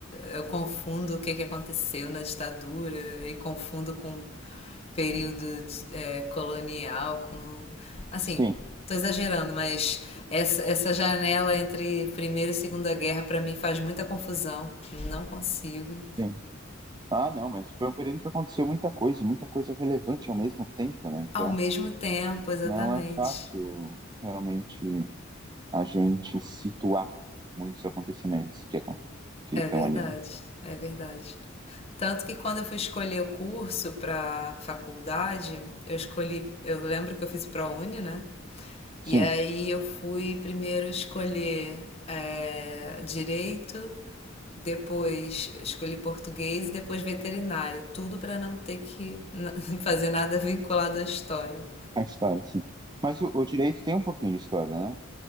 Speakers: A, on the left; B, on the right.
A: eu confundo o que, que aconteceu na ditadura e confundo com período é, colonial, com. Assim,
B: Sim,
A: tô exagerando, mas essa, essa janela entre Primeira e Segunda Guerra para mim faz muita confusão. Não consigo.
B: sim. Ah, não, mas foi um período que aconteceu muita coisa, e muita coisa relevante ao mesmo tempo, né? Então,
A: Ao mesmo tempo, exatamente.
B: Não é fácil realmente a gente situar muitos acontecimentos que, acon- que
A: É
B: estão
A: verdade,
B: ali, né?
A: é verdade. Tanto que quando eu fui escolher o curso para faculdade, eu escolhi, eu lembro que eu fiz o ProUni, né?
B: Sim,
A: E aí eu fui primeiro escolher é, direito, depois escolhi português e depois veterinária, tudo para não ter que <laughs> fazer nada vinculado à história.
B: a história, sim. Mas o, o direito tem um pouquinho de história, né?